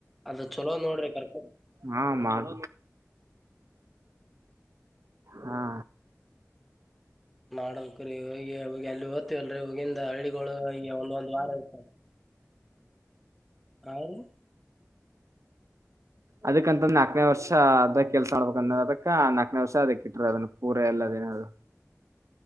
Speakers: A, in the centre; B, on the right.
A: ಅದ ಚಲೋ ನೋಡ್ರಿ ಕರ್ಕೊಂಡೊಂಡ
B: ಹಾ ಮಾಡ ಹಾ
A: ಮಾಡಲ್ಕರಿ ಹೋಗಿ ಅಲ್ಲಿ ಓದ್ತವಿ ಅಲ್ರರಿ ಹೋಗಿಂದ ಹಳ್ಳಿಗೊಳ ಈ ಒಂದಂದಂದು ವಾರ ಇರುತ್ತಾವಿ ಆ ರೀ
B: ಅದಕ್ಕಂತ ನಾಲ್ಕನೇ ವರ್ಷ ಅದೇ ಕೆಲ್ಸ ಮಾಡ್ಬೇಕಂದ ಅದಕ್ಕ ನಾಕನೇ ವರ್ಷ ಅದಕ್ಕೆ ಇಟ್ಟ್ರ ಅದನ್ನ ಪೂರ ಎಲ್ಲದಿನಗಳು